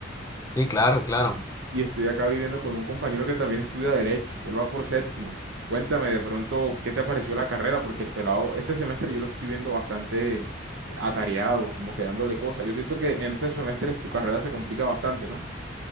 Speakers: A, on the left (about 15°); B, on the right (about 70°).
A: Sí, claro, claro.
B: Y estoy acá viviendo con un compañero que también estudia derecho, él va por séptimo. Cuéntame de pronto, ¿qué te pareció la carrera? Porque el pelado, este semestre yo lo estoy viendo bastante atareado, como quedándole cosas. Yo siento que en este semestre tu carrera se complica bastante, ¿no?